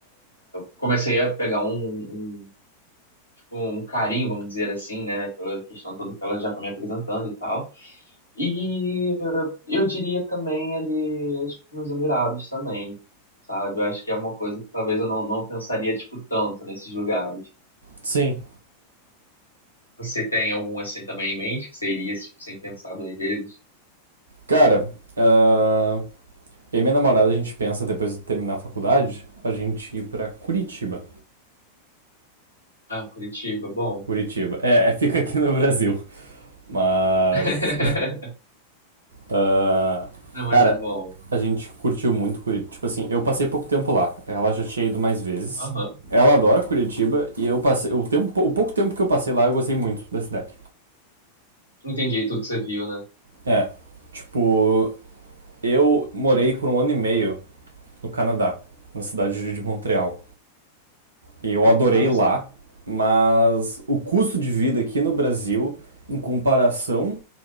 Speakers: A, on the left (about 80°); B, on the right (about 70°).
A: comecei a pegar um, um, tipo, um carinho, vamos dizer assim, né? Pela questão toda que ela já foi me apresentando e tal. E eu diria também ali, acho que nos Emirados também. Sabe, eu acho que é uma coisa que talvez eu não, não pensaria, tipo, tanto nesses lugares.
B: Sim.
A: Você tem algum assim também em mente que seria esse tipo, sem pensar duas vezes?
B: Cara, ah, eu e minha namorada, a gente pensa, depois de terminar a faculdade, a gente ir pra Curitiba.
A: Ah, Curitiba, bom.
B: Curitiba. É, é, fica aqui no Brasil. Mas
A: <laughs>
B: Ah,
A: Não, mas
B: cara,
A: é bom.
B: a gente curtiu muito Curitiba. Tipo assim, eu passei pouco tempo lá. Ela já tinha ido mais vezes.
A: Aham.
B: Ela adora Curitiba e eu passei. O, tempo, o pouco tempo que eu passei lá, eu gostei muito da cidade.
A: Entendi tudo que você viu, né?
B: É. Tipo, eu morei por um ano e meio no Canadá, na cidade de Montreal. E eu
A: Pô,
B: adorei
A: que massa,
B: lá,
A: cara.
B: mas o custo de vida aqui no Brasil, em comparação